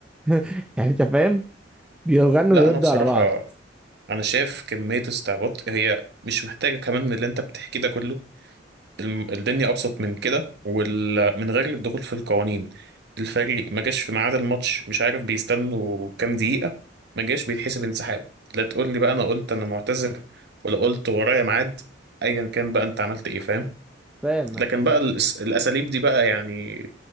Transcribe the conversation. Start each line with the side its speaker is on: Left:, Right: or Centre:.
Centre: <laughs> يعني انت فاهم بيغنوا
Right: لا
Centre: ويردوا
Right: انا بصراحه
Centre: على بعض
Right: انا شايف كميه استعباط هي مش محتاجه كمان اللي انت بتحكي ده كله الم- الدنيا ابسط من كده ومن غير الدخول في القوانين الفريق ما جاش في ميعاد الماتش مش عارف بيستنوا كام دقيقة ما جاش بيتحسب انسحاب لا تقول لي بقى انا قلت انا معتذر ولا قلت ورايا ميعاد ايا كان بقى انت عملت ايه فاهم
Centre: فاهم
Right: لكن بقى الأس- الاساليب دي بقى يعني